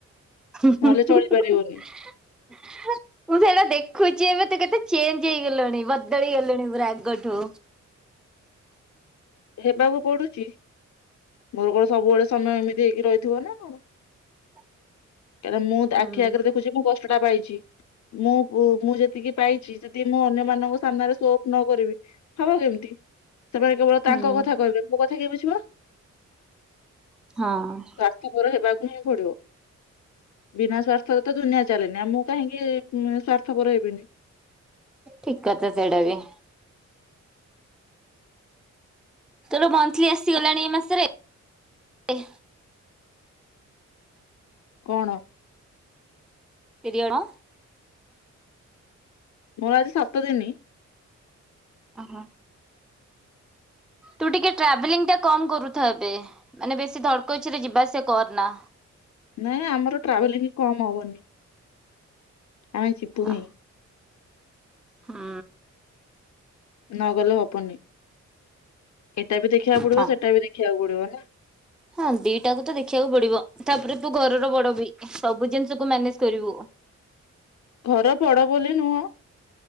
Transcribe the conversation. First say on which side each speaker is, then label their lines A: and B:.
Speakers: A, in the centre; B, on the left (about 70°).
A: <inaudible> ମୁଁ
B: ନହେଲେ
A: ସେଇରା
B: ଚଳିପାରିବନି
A: ଦେଖୁଚି ଏବେ ତୁ କେତେ ଚେଞ୍ଜ ହେଇଗଲୁଣି ବଦଳି ଗଲୁଣି ପୁରା ଆଗଠୁ।
B: ହେବାକୁ ପୋଡୁଚି ମୋର କଣ ସବୁବେଳେ ସମୟ ଏମିତି ହେଇକି ରହିଥିବ ନା ଙ୍କ
A: <inaudible>
B: କାହିଁକି ନା ମୁଁ
A: ହୁଁ
B: ଆଖି ଆଗରେ ଦେଖୁଛି ମୁଁ କଷ୍ଟଟା ପାଇଚି। ମୁଁ ମୁଁ ଯେତିକି ପାଇଚି ଯଦି ମୁଁ ଅନ୍ୟମାନଙ୍କ ସାମ୍ନାରେ ସୋଅପ ନ କରିବି ହବ କେମତି ସେମାନେ କେବଳ
A: ହୁଁ
B: ତାଙ୍କ କଥା କହିବେ ମୋ କଥା କିଏ ବୁଝିବ
A: ହଁ।
B: ସ୍ୱାର୍ଥପର ହେବାକୁ ହିଁ ପଡିବ। ବିନା ସ୍ଵାର୍ଥରେ ତ ଦୁନିଆ ଚାଲେନି ଆଉ ମୁଁ କାହିଁକି ଉଁ ସ୍ଵାର୍ଥପର ହେବିନି।
A: ଠିକ କଥା ସେଇଟା ବି। ତର ମନ୍ଥଲି ଆସିଗଲାଣି ଏଇ ମାସରେ ଏ
B: କଣ?
A: ପିରିଅଡ
B: ମୋର ଆଜି ସାତ ଦିନ।
A: ଅହ। ତୁ ଟିକେ ଟ୍ରାଭେଲିଂ ଟା କମ୍ କରୁଥା ଏବେ ମାନେ ବେଶୀ ଧଡ଼କଚରେ ଯିବା ଆସିବା କରନା।
B: ନାଇଁ ଆମର ଟ୍ରାଭେଲିଂ କମ ହବନି ଆମେ ଯିବୁ
A: ହଁ
B: ହିଁ।
A: ହୁଁ।
B: ନ ଗଲେ ହବନି ଏଇଟା ବି ଦେଖିବାକୁ ପଡିବ
A: ହଁ।
B: ସେଟା ବି ଦେଖିବାକୁ ପଡିବ ନା।
A: ହଁ ଦିଟାକୁ ତ ଦେଖିବାକୁ ପଡିବ ତାପରେ ତୁ ଘରର ବଡ ବି ସବୁ ଜିନିଷକୁୁ ମ୍ୟାନେଜ କରିବୁ।
B: ଘର ବଡ ବୋଲି ନୁହଁ